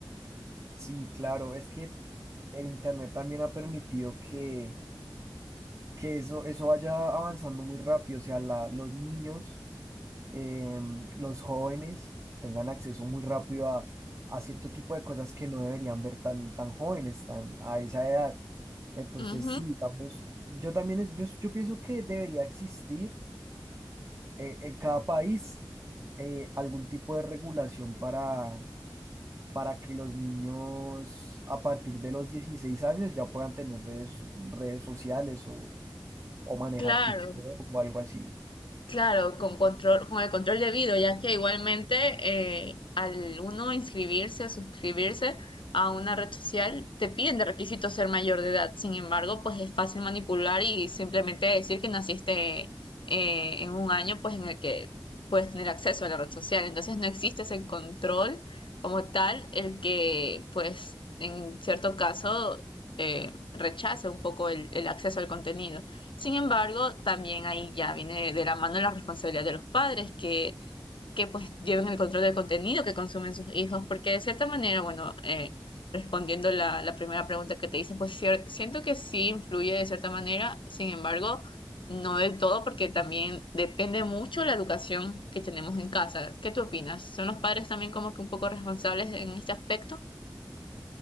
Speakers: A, on the right; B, on the left.
A: Sí, claro, es que el Internet también ha permitido que que eso, eso vaya avanzando muy rápido, o sea, la- los niños, em, los jóvenes tengan acceso muy rápido a, a cierto tipo de cosas que no deberían ver tan, tan jóvenes, tan a esa edad. Entonces,
B: Ujú,
A: sí, digamos, yo también, es- yo, yo pienso que debería existir eh, en cada país eh, algún tipo de regulación para, para que los niños a partir de los 16 años ya puedan tener redes, redes sociales o, o manejar
B: claro.
A: TikTok o algo así.
B: Claro, con control, con el control debido, ya que igualmente eh, al uno inscribirse o suscribirse a una red social, te piden de requisito ser mayor de edad. Sin embargo, pues es fácil manipular y simplemente decir que naciste eh, en un año pues en el que puedes tener acceso a la red social. Entonces no existe ese control como tal, el que pues en cierto caso eh, rechace un poco el el acceso al contenido. Sin embargo, también ahí ya viene de la mano la responsabilidad de los padres que, que pues lleven el control del contenido que consumen sus hijos, porque de cierta manera, bueno, eh, respondiendo la, la primera pregunta que te hice, pues cier- siento que sí influye de cierta manera, sin embargo, no del todo, porque también depende mucho la educación que tenemos en casa. ¿Qué tú opinas? ¿Son los padres también como que un poco responsables en este aspecto?